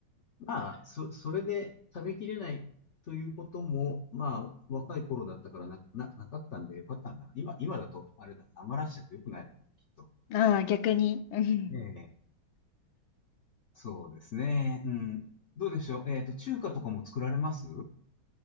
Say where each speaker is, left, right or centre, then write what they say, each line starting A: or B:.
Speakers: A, on the left; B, on the left.
A: まあ、そ、それで食べきれないということも、まあ、若い頃だったからな、な、なかったんでよかったんだ。今、今だと、あれだ、余らしちゃってよくないの、きっと。
B: ああ、逆に。うん。
A: ええ、そうですね。うん。どうでしょう。えっと、中華とかも作られます